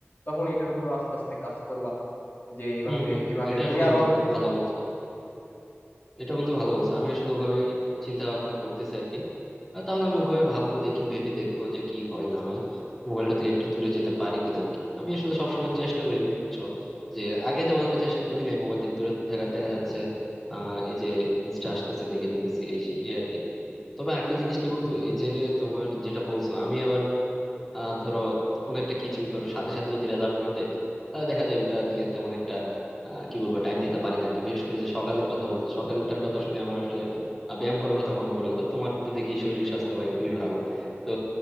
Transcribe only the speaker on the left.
তখন এটার উপর আস্তে আস্তে কাজ করবা যে এভাবে
এভাবে
তুমি
আরো